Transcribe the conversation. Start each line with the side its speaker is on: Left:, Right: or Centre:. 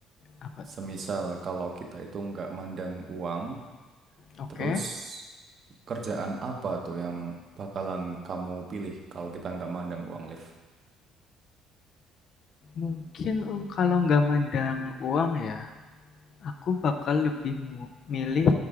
Left: Apa tuh?
Right: Semisal kalau kita itu nggak mandang uang,
Left: Oke,
Right: terus kerjaan apa tuh yang bakalan kamu pilih kalau kita nggak mandang uang, Liv?
Left: mungkin um, kalau nggak mandang uang ya, aku bakal lebih mu- milih